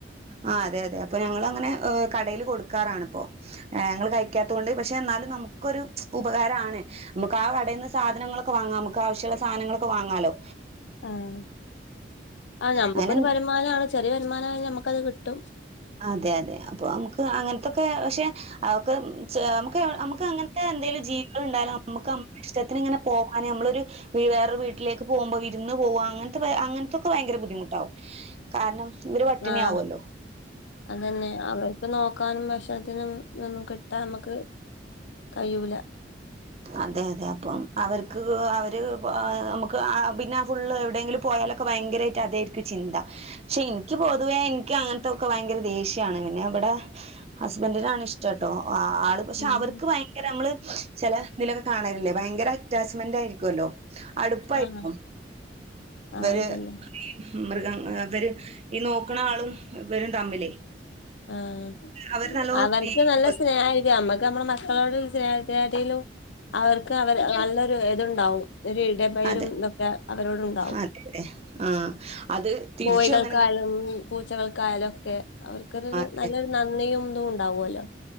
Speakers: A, on the right (about 35°); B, on the left (about 85°).
A: ആ അതെ, അതെ അപ്പൊ ഞങ്ങളങ്ങനെ കടെല് കൊടുക്കാറാണ് പ്പോ. ഏ ഞങ്ങള് കഴിക്കാത്തോണ്ട് പക്ഷെ എന്നാലും നമുക്കൊരു ഉപകാരാണ്. നമുക്ക് ആ കടെന്ന് സാധനങ്ങളൊക്കെ വാങ്ങാം നമുക്ക് ആവശ്യുള്ള സാനങ്ങളൊക്കെ വാങ്ങാല്ലോ.
B: ആഹ് ആ നമ്മുക്കൊരു
A: അങ്ങനെ
B: വരുമാനണ് ചെറിയ വരുമാനം ആ ഞമ്മുക്കത് കിട്ടും.
A: അതെ, അതെ അപ്പൊ നമുക്ക് അങ്ങനത്തൊക്കെ പക്ഷെ അവൊക്ക് ചെ ഞ നമുക്ക് അങ്ങനത്തെ എന്തെലും ജീവികള്ഇണ്ടായാലും നമുക്ക് നമ്മ ഇഷ്ടത്തിനിങ്ങനെ പോകാന് നമ്മളൊരു വേറൊരു വീട്ടിലേക്ക് പോകുമ്പോ വിരുന്ന് പോവ അങ്ങനത്തെ അങ്ങനത്തൊക്കെ ഭയങ്കര ബുദ്ധിമുട്ടാവും. കാരണം ഇവര് പട്ടിണി
B: ആഹ്
A: ആവല്ലോ.
B: അതന്നെ അവർക്ക് നോക്കാനും ഭക്ഷണത്തിനും ഒന്നും കിട്ടാ നമുക്ക് കയ്യൂല.
A: അതെ, അതെ അപ്പം അവര്ക്ക് അവര് നമുക്ക് ആഹ് പിന്നെ ഫുള്ള് എവിടെങ്കിലും പോയാലും ക്കെ ഭയങ്കരായിട്ട് അതായിരിക്കും ചിന്ത പക്ഷെ ൻക്ക് പൊതുവെ എൻ ക്യങ്ങൻത്തൊക്കെ ഭയങ്കര ദേഷ്യാണ് പിന്നെ വിടെ ഹസ്ബന്റിനാണിഷ്ടട്ടോ ആള് പക്ഷെ
B: ഉം
A: അവർക്ക് ഭയങ്കര മ്മള് തിലൊക്കെ കാണലില്ലേ ഭയങ്കര അറ്റാച്ച്മെന്റ് ആയിരിക്കൊല്ലോ അടുപ്പായിരിക്കും.
B: ആഹ് ആഹ്
A: വര്
B: അതന്നെ
A: മൃഗങ്ങ വര് ഈ നോക്ക്ണാളും വരും തമ്മിലേ
B: ആഹ്
A: അവര് നല്ലോ
B: അവർക്ക്
A: സ്നേഹിക്കുമല്ലോ
B: നല്ല സ്നേഹായിരിക്കും നമ്മക്ക് നമ്മളെ മക്കളോട് സ്നേഹത്താട്ടിലും അവർക്ക് അവര് നല്ലൊരു ഇതുണ്ടാവും. ഒരു ഇടപയലും
A: അതെ
B: തൊക്കെ അവരോടുണ്ടാവും.
A: അതെ അതെ ആ അത് തിരിച്ചും
B: കോയികൾക്കാലും
A: അങ്ങനെ തന്നെ.
B: പൂച്ചകൾക്കായാലൊക്കെ അവർക്കൊരു
A: ആ
B: നല്ലൊരു നന്ദിയും ഇതുംണ്ടാവല്ലോ.